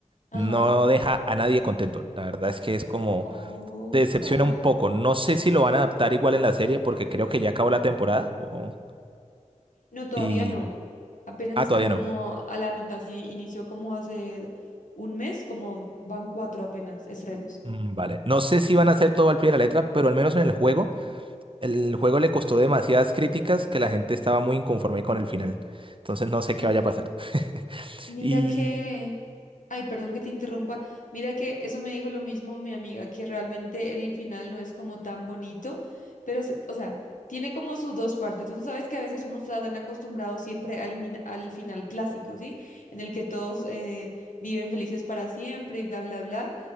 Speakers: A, on the left; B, on the right.
A: Ajá.
B: no deja a nadie contento. La verdad es que es como,
A: O
B: te decepciona
A: para...
B: un poco. No sé si lo van a adaptar igual en la serie porque creo que ya acabó la temporada. o-
A: No, todavía
B: Y...
A: no. Apenas
B: Ah,
A: están
B: todavía
A: como
B: no.
A: a la mitad, sí, inició como hace un mes, como van cuatro apenas estrenos.
B: Mm, Vale. No sé si van a hacer todo al pie de la letra, pero al menos en el juego. El juego le costó demasiadas críticas que la gente estaba muy inconforme con el final. Entonces no sé
A: Eh,
B: qué vaya a pasar. <laughs>
A: mira
B: Y
A: que... Ay, perdón que te interrumpa. Mira que eso me dijo lo mismo mi amiga, que realmente el final no es como tan bonito, pero, se- o sea, tiene como sus dos partes. Tú sabes que a veces uno está tan acostumbrado siempre al, min- al final clásico, ¿sí? En el que todos eh, viven felices para siempre y bla, bla, bla.